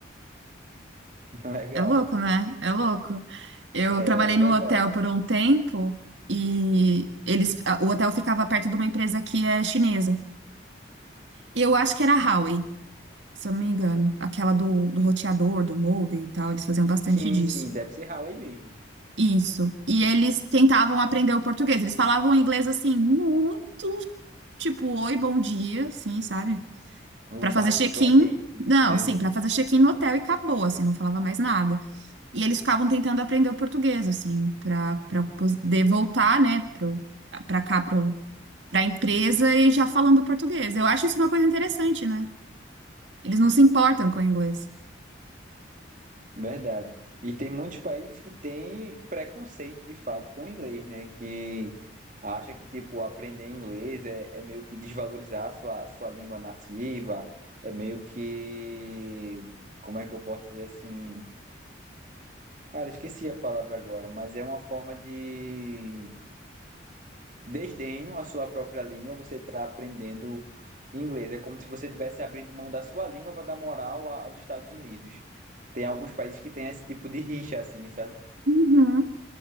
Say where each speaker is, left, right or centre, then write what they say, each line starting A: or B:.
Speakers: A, on the right (about 40°); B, on the right (about 70°).
A: <laughs> Legal.
B: É louco, né? É louco. Eu
A: É
B: trabalhei
A: verdade.
B: no hotel por um tempo e eles, a- o hotel ficava perto de uma empresa que é chinesa. E Eu acho que era a Huawei, se eu não me engano. Aquela do, do roteador, do modem e tal. Eles faziam bastante
A: Sim,
B: disso.
A: sim, deve ser Huawei mesmo.
B: Isso. E eles tentavam aprender o português. Eles falavam inglês assim, muito tipo, oi, bom dia, assim, sabe?
A: O
B: Pra fazer
A: basicão
B: check-in,
A: mesmo,
B: não,
A: né?
B: assim, pra fazer check-in no hotel e acabou, assim, não falava mais nada. E eles ficavam tentando aprender o português, assim, pra para poder voltar, né, pro, pra cá, pro, pra empresa e já falando português. Eu acho isso uma coisa interessante, né? Eles não se importam com o inglês.
A: Verdade. E tem muitos países que têm preconceito de fato com o inglês, né? Que acha que, tipo, aprender inglês é, é meio que desvalorizar a sua, sua língua nativa, é meio que. Como é que eu posso dizer assim? Cara, esqueci a palavra agora, mas é uma forma de desdenho à sua própria língua. Você está aprendendo inglês. É como se você estivesse abrindo mão da sua língua para dar moral a- aos Estados Unidos. Tem alguns países que têm esse tipo de rixa, assim, sabe?
B: Uhum.